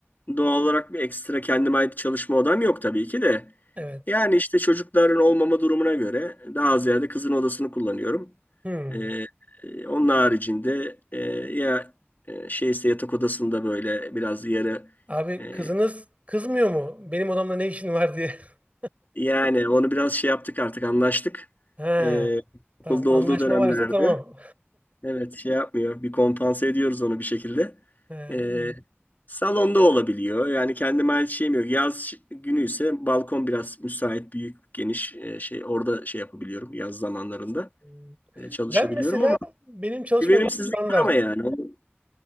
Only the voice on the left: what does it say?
doğal olarak bir ekstra kendime ait çalışma odam yok tabii ki de.
Yani işte çocukların olmama durumuna göre daha ziyade kızın odasını kullanıyorum.
Ee, e, onun haricinde e, ya e, şeyse yatak odasında böyle biraz yarı
e,
yani onu biraz şey yaptık artık anlaştık.
Ee,
okulda olduğu
dönemlerde.
Evet şey yapmıyor. Bir kompanse ediyoruz onu bir şekilde.
Ee,
salonda olabiliyor. Yani kendime ait şeyim yok. Yaz ş- günü ise balkon biraz müsait, büyük, geniş e, şey orada şey yapabiliyorum yaz zamanlarında.
E, çalışabiliyorum
ama
bir verimsizlik
var ama yani. Onu-